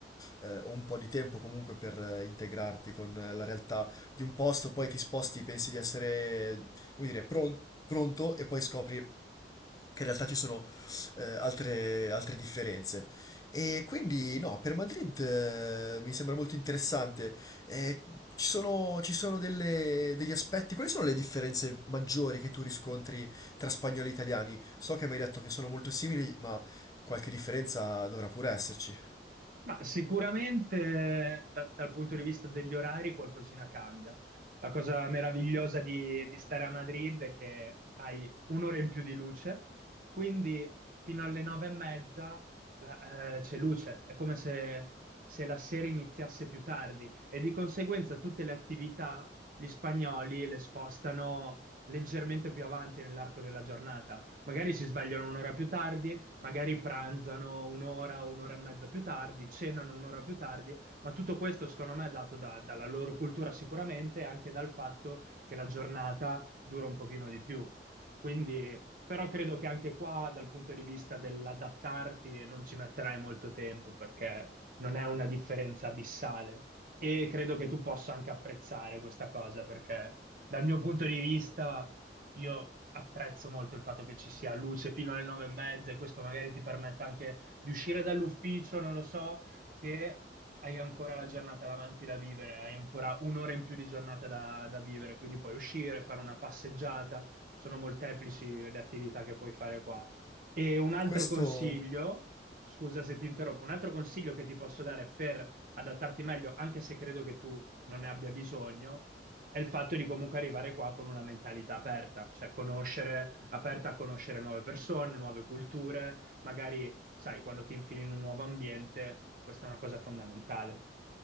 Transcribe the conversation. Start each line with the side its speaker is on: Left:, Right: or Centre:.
Left: eh, un po' di tempo comunque per eh, integrarti con eh, la realtà di un posto, poi ti sposti, pensi di essere, come dire, pro- pronto e poi scopri che in realtà ci sono eh, altre, altre differenze. E quindi no, per Madrid eh, mi sembra molto interessante. Eh, ci sono, ci sono delle- degli aspetti, quali sono le differenze maggiori che tu riscontri tra spagnoli e italiani? So che mi hai detto che sono molto simili, ma qualche differenza dovrà pure esserci.
Right: Ma sicuramente da- dal punto di vista degli orari qualcosina cambia. La cosa meravigliosa di, di stare a Madrid è che hai un'ora in più di luce, quindi fino alle nove e mezza la- eh, c'è luce, è come se, se la sera iniziasse più tardi e di conseguenza tutte le attività gli spagnoli le spostano leggermente più avanti nell'arco della giornata. Magari si svegliano un'ora più tardi, magari pranzano un'ora o un'ora e mezza più tardi, cenano un'ora più tardi, ma tutto questo secondo me è dato da- dalla loro cultura sicuramente e anche dal fatto che la giornata dura un pochino di più. Quindi, però credo che anche qua, dal punto di vista dell'adattarti, non ci metterai molto tempo perché non è una differenza abissale. E credo che tu possa anche apprezzare questa cosa perché dal mio punto di vista, io apprezzo molto il fatto che ci sia luce fino alle nove e mezza e questo magari ti permette anche di uscire dall'ufficio, non lo so, che hai ancora la giornata davanti da vivere, hai ancora un'ora in più di giornata da, da vivere, quindi puoi uscire, fare una passeggiata, sono molteplici le attività che puoi fare qua. E un altro
Left: Questo...
Right: consiglio, scusa se ti interrompo, un altro consiglio che ti posso dare per adattarti meglio, anche se credo che tu non ne abbia bisogno, è il fatto di comunque arrivare qua con una mentalità aperta, cioè conoscere, aperta a conoscere nuove persone, nuove culture, magari, sai, quando ti infili in un nuovo ambiente, questa è una cosa fondamentale.